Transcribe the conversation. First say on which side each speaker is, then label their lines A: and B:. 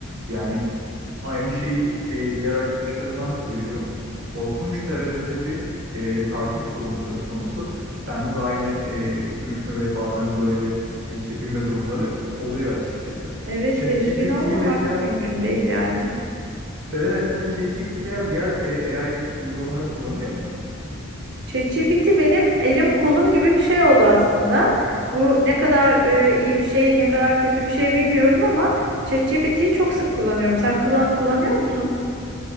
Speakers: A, on the right (about 75°); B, on the right (about 55°).
A: Yani Aynı şeyi e, diğer arkadaşlarımdan da duyuyorum. Korkunç derecede bir e, takip durumu söz konusu. Bende de aynı e, ürkme ve bazen böyle e, çekinme durumları oluyor açıkçası.
B: Evet,
A: ChatGPT
B: tedirgin olmamak
A: veya
B: mümkün değil yani.
A: evet evet ChatGPT veya diğer e, AI uygulamalarını kullanıyor musun?
B: ChatGPT benim elim kolum gibi bir şey oldu aslında. Bu ne kadar e, iyi bir şey, ne kadar kötü bir şey bilmiyorum ama ChatGPT'yi çok sık kullanıyorum. Sen kula- kullanıyor musun?